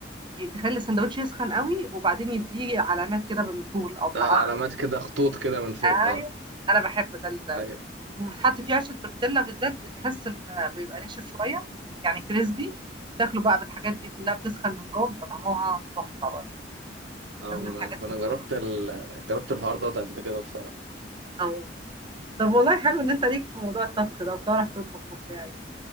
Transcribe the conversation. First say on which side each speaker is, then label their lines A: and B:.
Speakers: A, on the right (about 25°); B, on the right (about 75°).
A: ي- تخلي السندوتش يسخن قوي وبعدين يديه علامات كده بالطول او بالعرض
B: آه علامات كده خطوط كده من فوق
A: ايوه
B: آه
A: انا بحب ده ال-
B: أيوه
A: وبتحط فيه عيش التورتيلا بالذات بتحس ان بيبقى ناشف شويه يعني كريسبي تاكله بقى بالحاجات دي كلها بتسخن من جوه بيبقى طعمها تحفه برضه
B: اه
A: ده من
B: ما
A: الحاجات
B: انا فانا
A: اللي
B: جربت
A: بتبقى-
B: ال... جربت الحوار ده قبل كده بصراحه
A: اه طب والله حلو ان انت ليك في موضوع الطبخ ده وبتعرف تطبخ وبتاع يعني.